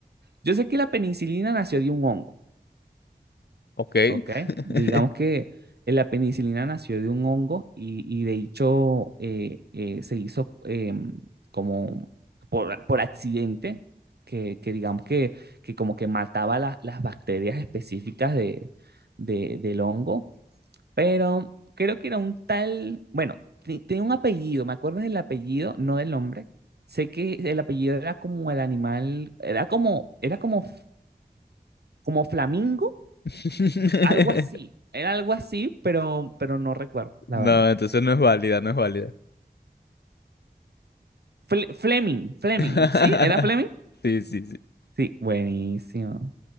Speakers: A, on the right; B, on the left.
A: Yo sé que la penicilina nació de un hongo.
B: ¿Ok?
A: Ok,
B: <laughs>
A: digamos que eh, la penicilina nació de un hongo y, y de hecho eh, eh, se hizo em, como por, por accidente, que, que digamos que, que como que mataba la- las bacterias específicas de, de- del hongo, pero creo que era un tal, bueno, te- tenía un apellido, me acuerdo del apellido, no del nombre. Sé que el apellido era como el animal, era como, era como como Flamingo,
B: <laughs>
A: algo así, era algo así, pero, pero no recuerdo, la
B: No,
A: verdad.
B: entonces no es válida, no es válida.
A: Fle Fleming, Fleming,
B: <laughs>
A: ¿sí? ¿Era Fleming?
B: Sí, sí, sí.
A: Sí, buenísimo.